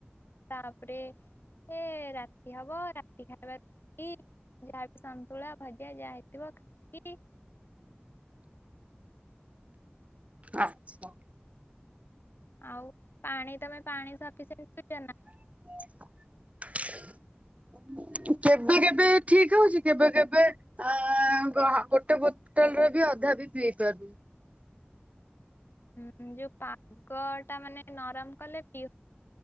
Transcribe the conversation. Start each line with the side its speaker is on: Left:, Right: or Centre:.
Left: ତାପରେ ଟିକେ ରାତି ହବ ରାତି ଖାଇବାର ଯାହା ସନ୍ତୁଳା ଭଜା ଯା ହେଇଥିବ ଖାଇକି
Right: ଆଚ୍ଛା।
Left: ଆଉ ପାଣି ତମେ ପାଣିି ସିଫିସେଣ୍ଟ ପିଉଛ ନା?
Right: <inaudible> <unintelligible> କେବେ କେବେ ଠିକ ହଉଛି। କେବେ କେବେ ଗୋଟେଏନେ ବୋତଲରେ ବି ଅଧା ତଥାପି ପି ପାରୁନି।
Left: ହୁଁ ଯୋଉ ପାଗ ଟା ମାନେ ନରମ କଲେ ପି